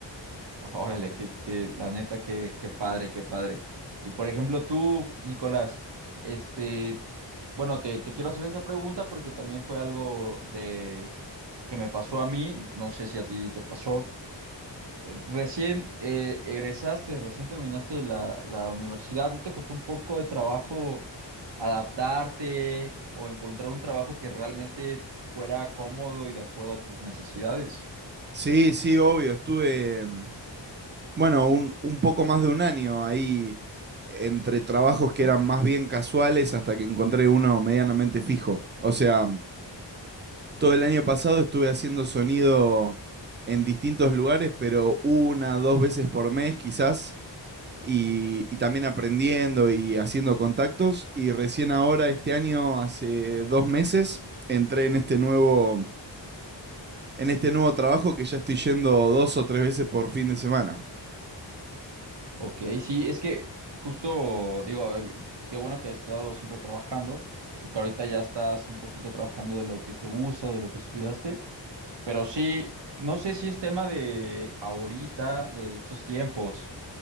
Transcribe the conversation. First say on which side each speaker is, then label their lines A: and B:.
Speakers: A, on the right; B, on the right.
A: <laughs> Órale, que, la neta, qué, qué padre, qué padre. Y por ejemplo, tú, Nicolás, este, bueno, te, te quiero hacer esa pregunta porque también fue algo de que me pasó a mí, no sé si a ti te pasó. Eh, Recién eh, egresaste, recién terminaste la, la universidad, ¿no te costó un poco de trabajo adaptarte o encontrar un trabajo que realmente fuera cómodo y de acuerdo a tus necesidades?
B: Sí, sí, obvio, estuve... Bueno, un, un poco más de un año ahí entre trabajos que eran más bien casuales hasta que encontré uno medianamente fijo. O sea, todo el año pasado estuve haciendo sonido en distintos lugares, pero una, dos veces por mes quizás, y, y también aprendiendo y haciendo contactos. Y recién ahora, este año, hace dos meses, entré en este nuevo, en este nuevo trabajo que ya estoy yendo dos o tres veces por fin de semana.
A: Ok, sí, es que justo digo, eh, qué bueno que has estado siempre trabajando y que ahorita ya estás un poquito trabajando de lo que te gusta, de lo que estudiaste, pero sí, no sé si es tema de ahorita, de estos tiempos.